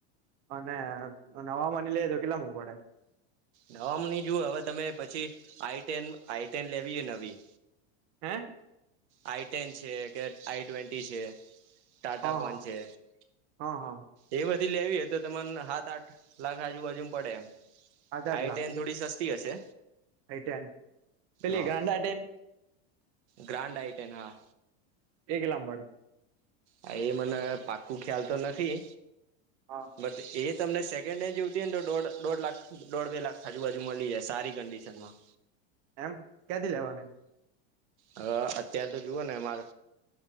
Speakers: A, on the right (about 30°); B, on the right (about 80°).
A: અને હવામા લઈ તો કેટલામ પડે?
B: નવામાં નઈ જોુવ હવે તમે પછી આઈન આઈટેન લેવી એ નવી
A: હે
B: આઈ ટેન છે કે આઈ ટ્વેન્ટી છે, ટાટા
A: હા
B: પણ
A: હા
B: છે
A: હા હા
B: એ બધી લેવી હો તો તને સાત આઠ લાખ આજુબાજુ પડે એમ
A: આઠ
B: આવી
A: લાખ
B: તો એન થોડી સસ્તી હશે,
A: આઈ ટેન પેલી
B: હા
A: ગ્રાડા ટમ
B: ગ્રાન્ડ આઈટન હા,
A: એ કેટલામાં પડે
B: હ એ મને પાક્કું ખ્યાલ તો નથી
A: હા
B: બટ એ તમને સેકન્ડ હેન્ડ જોવતી હોયને તો દોઢ દોઢ લાખ દોઢ બે લાખ આજુબાજુ મળી જાય સારી કંડિશન માં
A: એમ ક્યાંથી લેવાની?
B: હ અત્યાર તો જુઓ ને અમાર